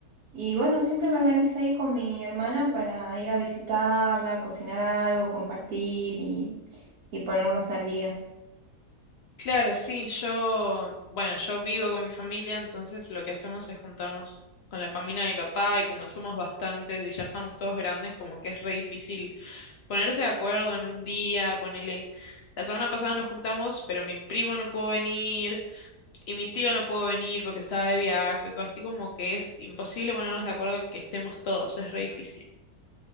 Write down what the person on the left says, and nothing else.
Claro, sí, yo, bueno, yo vivo con mi familia, entonces lo que hacemos es juntarnos con la familia de mi papá y como somos bastantes y ya estamos todos grandes, como que es re difícil ponerse de acuerdo en un día, ponele. La semana pasada nos juntamos, pero mi primo no pudo venir y mi tío no pudo venir porque estaba de viaje, así como que es imposible ponernos de acuerdo que estemos todos, es re difícil.